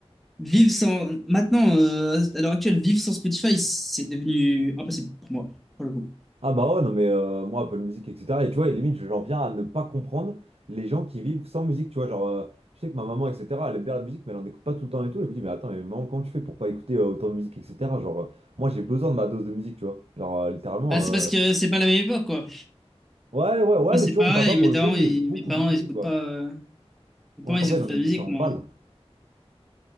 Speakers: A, in the centre; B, on the right.
A: vivre sans, maintenant, euh, à l'heure actuelle, vivre sans Spotify, c'est devenu impossible pour moi, pour le coup.
B: Ah bah ouais, non mais euh, moi Apple Music, etc. Et tu vois, et limite, j'en viens à ne pas comprendre les gens qui vivent sans musique, tu vois, genre, euh, je sais que ma maman, etc., elle aime bien la musique, mais elle en écoute pas tout le temps et tout, et je me dis, mais attends, mais maman, comment tu fais pour pas écouter euh, autant de musique, etc. Genre, euh, moi j'ai besoin de ma dose de musique, tu vois, genre, euh, littéralement,
A: Ah, c'est
B: euh,
A: parce que c'est pas la même époque, quoi.
B: ouais, ouais, ouais,
A: Moi, c'est
B: mais tu vois,
A: pareil.
B: mon papa, pour
A: Mes
B: le
A: darons,
B: coup, lui,
A: ils-
B: est beaucoup
A: mes parents,
B: plus musique,
A: ils écoutent
B: quoi.
A: pas. euh, Mes parents,
B: Moi, Mon papa,
A: ils écoutent
B: il en
A: pas
B: écoute
A: de musique,
B: en
A: moi.
B: balle,
A: hein.